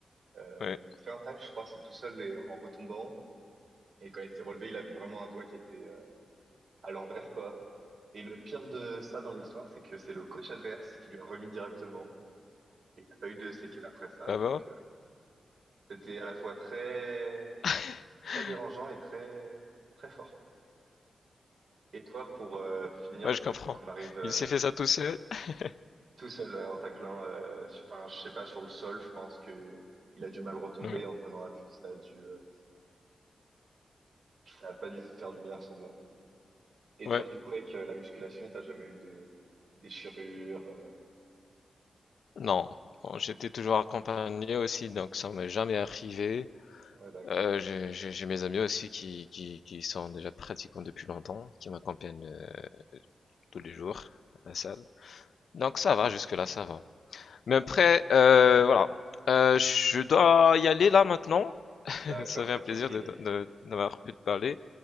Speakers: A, on the right; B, on the left.
A: Euh,
B: Ouais.
A: il a fait un tacle, je crois, c'est tout seul et en retombant. Et quand il s'est relevé, il avait vraiment un doigt qui était à l'envers, quoi. Et le pire de ça dans l'histoire, c'est que c'est le coach adverse qui lui a remis directement. Et il n'y a pas eu de séquelles après ça.
B: Ah
A: Donc,
B: bon?
A: euh, c'était à la fois très,
B: <laughs>
A: très dérangeant et très, très fort. Et toi, pour euh, finir,
B: Ouais, je comprends.
A: vu qu'on arrive euh,
B: Il s'est fait ça tout seul? <laughs>
A: tout seul ouais, en taclant, euh, enfin, je sais pas, sur le sol, je pense que il a dû mal retomber
B: Ouais.
A: en prenant appui. Ça a dû, euh, ça a pas dû faire du bien à son doigt. Et
B: Ouais.
A: toi, du coup, avec euh, la musculation, t'as jamais eu de déchirure? euh,
B: Non. Bon, j'étais toujours accompagné aussi, donc ça m'est jamais arrivé.
A: Ouais, d'accord.
B: Euh, j'ai j'ai- j'ai mes amis aussi qui, qui, qui sont déjà pratiquants depuis longtemps, qui m'accompagnent euh, tous les jours à la salle. Donc ça va, jusque-là, ça va. Mais après, euh, voilà. Euh, je dois y aller là maintenant. <laughs>
A: D'accord,
B: Ça fait
A: pas
B: un plaisir
A: de souci.
B: de,
A: euh.
B: de, d'avoir pu te parler.